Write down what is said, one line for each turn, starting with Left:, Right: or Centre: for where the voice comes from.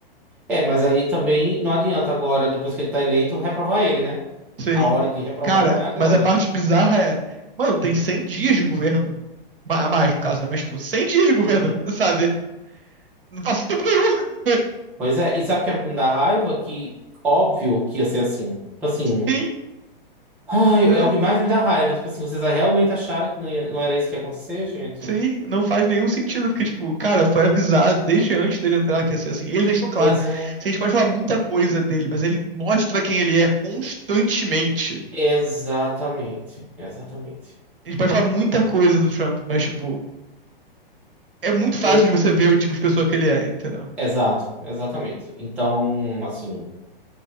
Centre: É, mas aí também não adianta agora, depois que ele tá eleito, reprovar ele, né?
Right: Sim.
Centre: A hora de reprovar
Right: Cara,
Centre: não é agora.
Right: mas a parte bizarra é. Mano, tem 100 dias de governo. Ma- A mais, no caso, né? Mas, tipo, 100 dias de governo,
Centre: Uhum.
Right: <laughs> sabe? Não faz tempo nenhum. <laughs>
Centre: Pois é, e sabe o que me dá raiva? Que óbvio que ia ser assim. Tipo assim,
Right: Sim,
Centre: ai, é
Right: sim,
Centre: o que mais me dá raiva. Tipo assim, vocês realmente acharam que não ia- não era isso que ia acontecer, gente?
Right: sim. Não faz nenhum sentido, porque, tipo, cara, foi avisado desde antes dele entrar que ia ser assim. Ele deixou claro.
Centre: Pois
Right: A
Centre: é.
Right: gente pode falar muita coisa dele, mas ele mostra quem ele é constantemente.
Centre: Exatamente, exatamente.
Right: A gente pode falar muita coisa do Trump, mas, tipo. é muito fácil
Centre: Ele,
Right: de você ver o tipo de pessoa que ele é, entendeu?
Centre: exato, exatamente. Então, assim.